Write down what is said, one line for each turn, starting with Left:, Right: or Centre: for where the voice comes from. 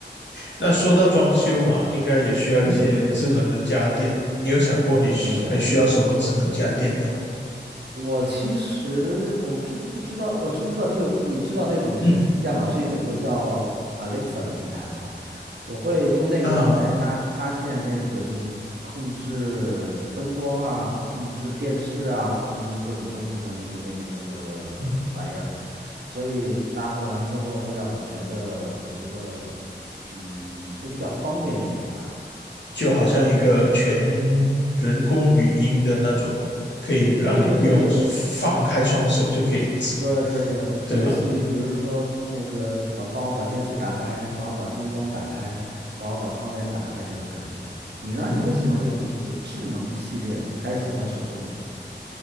Left: 那说到装修嘛，应该也需要一些智能的家电。
Right: 嗯，
Left: 你有想过你需还需要什么智能家电吗？
Right: 对对，我其实我知不知道，我知不知道你有你知道那种就是亚马逊有一个叫
Left: 嗯
Right: Alexa 的平台吗？我会用那个平台搭搭建那个就是控制灯光啊、
Left: 啊，
Right: 控制电视啊、控制各种东西的那个那个那个玩意儿，
Left: 嗯，
Right: 所以搭配完之后会让我觉得，我觉得嗯会比较方便一点吧。
Left: 就好像一个全人工语音的那种，可以让你不用放开双手就可以指，
Right: 对对对对对。对对对，
Left: 对吧？
Right: 类似于比如说那个帮帮我把电视打开，帮我把灯光打开，帮我把窗帘打开这种感觉。你呢？
Left: 嗯。
Right: 你会喜欢这种就是智能系列吗？还是喜欢手动的？